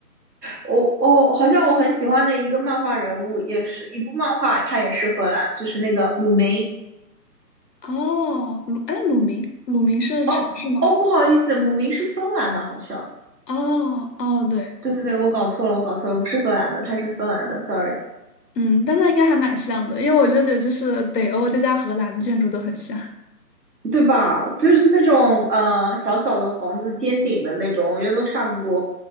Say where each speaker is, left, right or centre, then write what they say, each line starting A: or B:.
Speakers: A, on the right (about 75°); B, on the left (about 80°).
A: 我我好像我很喜欢的一个漫画人物，也是一部漫画，它也是荷兰，就是那个姆明。
B: 哦，鲁，哎，鲁明，鲁明是城市吗？
A: 哦哦，不好意思，姆明是芬兰的，好像。
B: 哦，哦，对，
A: 对对对，我搞错了，我搞错了，不是荷兰的，它是芬兰的，sorry，
B: 嗯，但那应该还蛮像的，因为我就觉得就是北欧再加荷兰的建筑都很像。
A: 对吧？就是那种呃小小的房子，尖顶的那种，我觉得都差不多。